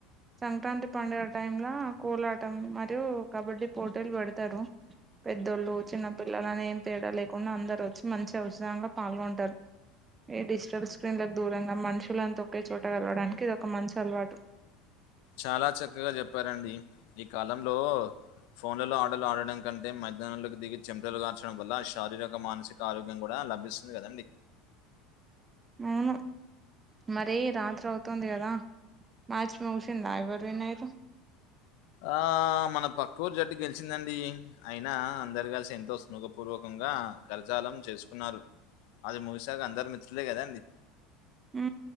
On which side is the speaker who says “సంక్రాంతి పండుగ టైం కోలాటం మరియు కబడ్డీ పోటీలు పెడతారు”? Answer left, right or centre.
Right